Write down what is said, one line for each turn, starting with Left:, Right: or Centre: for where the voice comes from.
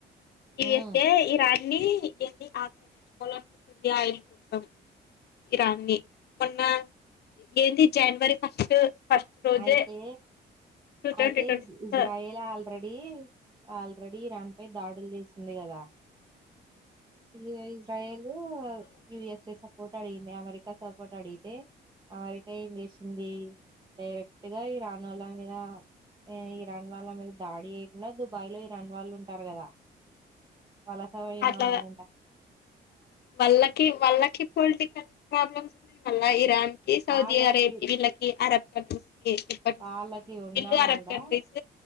Left: ఇదిస్తే
Right: ఉమ్
Left: ఇరాన్ని <unintelligible> ఆక్రమించుకోవాలనుకుంటుంది ఆయిల్ కోసం ఇరాన్ ది మొన్న ఏంది జనవరి ఫస్ట్ ఫస్ట్ రోజే
Right: అయితే
Left: టూ ట్వంటీ
Right: అయితే
Left: twenty
Right: ఇస్
Left: six
Right: ఇజ్రాయ్ Lal ready already రాని పై దాడులు చేసింది కదా ఇగ ఇజ్రయేలు యుఎస్ఏ స సపోర్ట్ అడిగింది అమెరికా సపోర్ట్ అడిగితే అమెరికా ఏం చేసింది డైరెక్ట్ గా ఇరానాల మీద ఇరాన్ వాళ్ళ మీద దాడి చేయకుండా దుబాయ్ లో ఇరాన్ వాళ్ళు ఉంటారు కదా వలసపోయినా
Left: అట్లా
Right: వాళ్ల
Left: వాళ్ళకి వాళ్ళకి పొలిటికల్ ప్రాబ్లమ్స్ ఉన్నాయి మళ్ళ ఇరాన్ కి సౌదీ
Right: వాళ్ళకి
Left: అరేబియా కి అరబ్ కంట్రీస్ కి ఇప్పటి
Right: వాలకి
Left: నుంచో
Right: ఉన్నా
Left: వీళ్ళు అరబ్
Right: కూడా
Left: కంట్రీస్